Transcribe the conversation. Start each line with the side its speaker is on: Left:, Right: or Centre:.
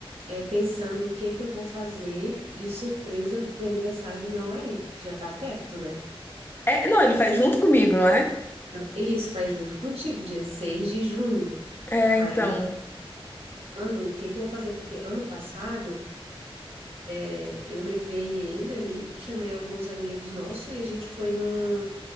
Right: eh, pensando o que que eu vou fazer de surpresa pro aniversário do meu marido, que já tá perto, né?
Left: É, não, ele faz junto comigo, não é?
Right: Eu- E isso faz junto contigo, dia 6 de junho.
Left: É,
Right: Aí,
Left: então.
Right: quando, o que que eu vou fazer? Porque ano passado eh, eu levei ele ali, chamei alguns amigos nossos e a gente foi num